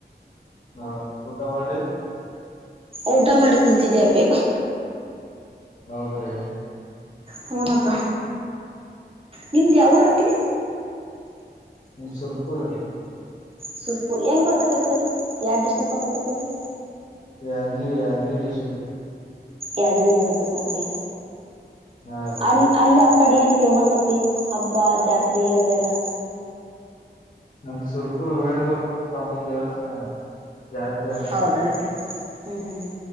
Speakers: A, on the left; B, on the right.
A: ನಾ ಊಟ ಮಾಡಿ
B: ಊಟ ಮಾಡ್ಕೊತಿದ್ದ್ಯಾಪ್ಪೆ
A: ಹೌದ್ರಿ
B: ಹೂನಪ್ಪ ನಿಮ್ದ ಯಾವ ಊರ ಹತ್ತಿ
A: ನಿ ಸರ್ಪುರ
B: ಸುರ್ಪುರ್ ಎಲ್ ಬರ್ತೈತ್ ಅಪ್ಪಿ ಅದು, ಯಾ ಡಿಸ್ಟ್ರಿಕ್ಕಲ್ ಬರ್ತೈತ್ ಹೇಳು
A: ಯಾದ್ಗಿರಿ ಯಾದ್ಗಿರಿ ಡಿಸ್ಟ್ರಿಕ್ಕು
B: ಯಾದ್ಗಿರಿ ಬರ್ತದ್ ಏನಪ್ಪಿ,
A: ಹಾ ರೀ
B: ಅಲ್ ಅಲ್ಲಿ ಅ ಕಡೆ ಏನ್ ಪೇಮಸ್ ಅಪ್ಪಿ ಹಬ್ಬ ಜಾತ್ರಿ ಅದು ಎಲ್ಲ
A: ನಮ್ ಸುರ್ಪುರ್ ವೇಣುಗೋಪಾಲ್ ಸ್ವಾಮಿ ದೇವಸ್ಥಾನ ಜಾತ್ರೆ ಆಗ್ತದೆ.
B: ಹೌದನಪ್ಪಿ ಹ್ಮ್ ಹ್ಮ್ ಹ್ಮ